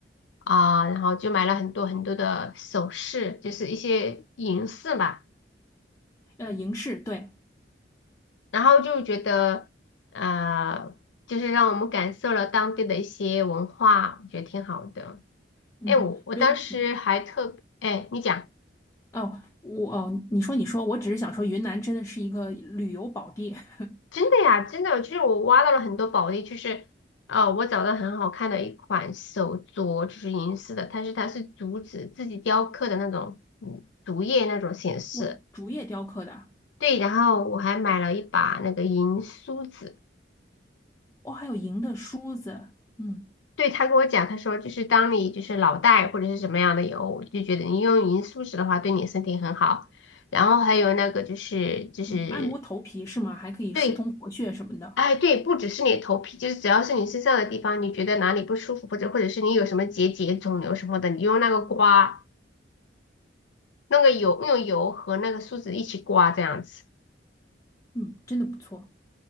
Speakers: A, on the left; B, on the left.
A: 啊、然后就买了很多很多的首饰，就是一些银饰吧，
B: 呃，营市，对，
A: 然后就觉得呃，就是让我们感受了当地的一些文化，我觉得挺好的。
B: 嗯，
A: 哎，我我当时还特，
B: 因为。
A: 哎，你讲。
B: 哦，我哦，你说你说，我只是想说，云南真的是一个旅游宝地。<laughs>
A: 真的呀，真的，就是我挖到了很多宝地，就是呃，我找到很好看的一款手镯，就是银饰的，但是它是竹子自己雕刻的那种，嗯，竹叶那种形式。
B: 哇，竹叶雕刻的，
A: 对，然后我还买了一把那个银梳子。
B: 哦，还有银的梳子，嗯
A: 对，他跟我讲，他说就是当你就是脑袋或者是什么样的油，就觉得你用银梳子的话对你身体很好。然后还有那个就是就是。
B: 嗯，按摩头皮是吗？还可以疏通活血什么的，
A: 对。哎，对，不只是你的头皮，就是只要是你身上的地方，你觉得哪里不舒服，或者或者是你有什么结节、肿瘤什么的，你用那个刮，那个油，用油和那个梳子一起刮，这样子。
B: 嗯，真的不错。